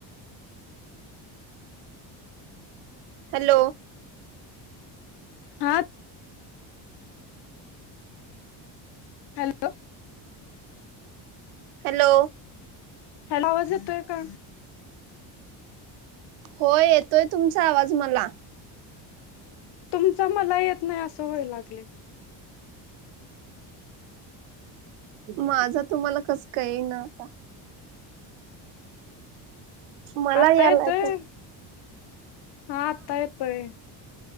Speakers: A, on the right; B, on the left.
A: हॅलो
B: हा हॅलो <unintelligible>
A: हॅलो
B: हेलो आवाज येतोय का?
A: हो येतोय तुमचा आवाज मला...
B: तुमच मला येत नाही असं होय लागलय
A: माझा तुम्हाला कस का येई ना आता मला
B: आता
A: यायला
B: येतोय
A: तर
B: हा आता येतोय